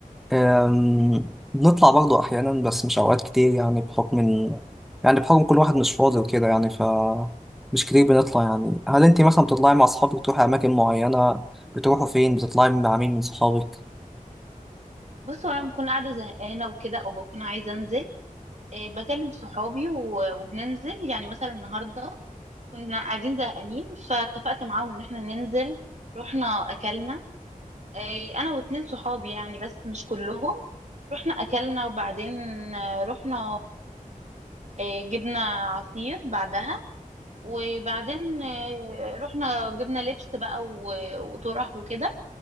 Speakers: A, in the centre; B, on the right (about 55°).
A: أم، بنطلع برضو احيانا بس مش اوقات كتير يعني بحكم ان يعني بحكم كل واحد مش فاضي وكده يعني ف مش كتير بنطلع يعني هل انت مثلا بتطلعي مع اصحابك تروحي اماكن معينه بتروحوا فين بتطلعي مع مين من صحابك
B: بص وانا بكون قاعده زهقانه وكده او بكون عايزه انزل إيه بكلم صحابي و- وبننزل يعني مثلا النهارده كنا قاعدين زهقانين فاتفقت معاهم ان احنا ننزل رحنا اكلنا إيه انا واتنين صحابي يعني بس مش كلهم رحنا اكلنا وبعدين آه، رحنا إيه جبنا عصير بعدها وبعدين آه، رحنا جبنا لبس بقى و- وطرح وكده